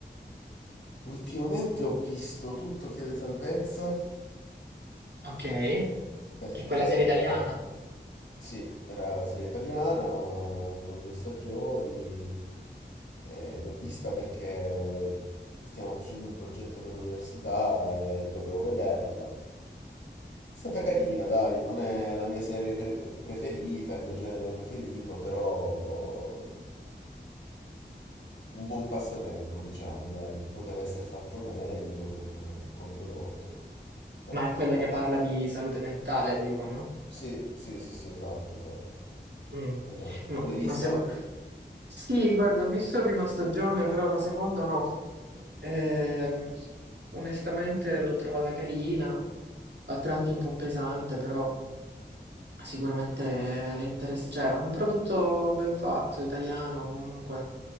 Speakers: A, on the left; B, on the right.
A: Ultimamente ho visto Tutto chiede salvezza.
B: Ok, che
A: Perché
B: è quella serie italiana,
A: sì, era la serie italiana con due stagioni. eh, l'ho vista perché stiamo facendo un progetto per l'università e dovevo vederla. È stata carina, dai, non è la mia serie pre- preferita, il mio genere preferito, però un buon passatempo, diciamo, dai. Poteva essere fatto meglio come, come prodotto, però.
B: ma è quella che parla di salute mentale, tipo, no?
A: Sì, sì, sì, sì, esatto, esatto.
B: Mm.
A: Esatto.
B: Ma,
A: Tu l'hai vista?
B: ma seco- Sì, guarda, ho visto la prima stagione, però la seconda no. Ehm, onestamente l'ho trovata carina, a tratti un po' pesante, però sicuramente è interessante. Cioè, è un prodotto ben fatto, italiano comunque.